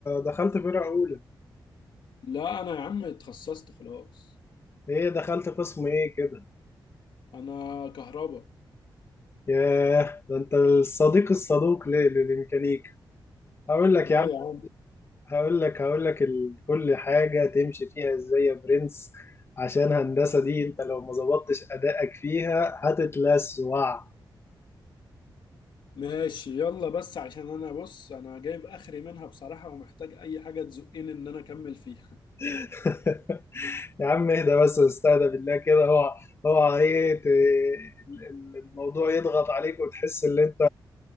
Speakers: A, on the left; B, on the left.
A: دخلت فرقة اولى
B: لا انا يا عم اتخصصت خلاص
A: ايه دخلت قسم ايه كده
B: انا كهربا
A: ياه ده انت الصديق الصدوق ليه للميكانيكا هقول لك
B: اه
A: يا عم
B: يا عم
A: هقول لك هقول لك ال- كل حاجة تمشي فيها ازاي يا برنس عشان هندسة دي انت لو ما ظبطتش ادائك فيها هتتلسوع
B: ماشي يلا بس عشان انا بص انا جايب اخري منها بصراحة ومحتاج اي حاجة تزقني ان انا اكمل فيها
A: <laughs> يا عم اهدى بس استهدى بالله كده اوعى اوعى ايه ت- ال- ال- الموضوع يضغط عليك وتحس ان انت